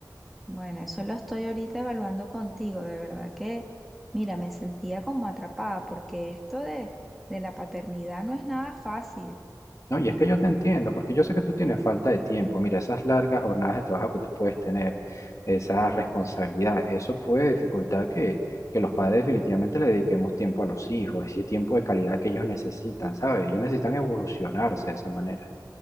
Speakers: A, in the centre; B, on the left.
A: Bueno, eso lo estoy ahorita evaluando contigo, de verdad que, mira, me sentía como atrapada, porque esto de, de la paternidad no es nada fácil.
B: No, y es que yo te entiendo, porque yo sé que tú tienes falta de tiempo. Mira, esas largas jornadas de trabajo que tú puedes tener, esa responsabilidad, eso puede dificultar que, que los padres definitivamente le dediquemos tiempo a los hijos, ese tiempo de calidad que ellos necesitan, ¿sabes? Ellos necesitan evolucionarse de esa manera.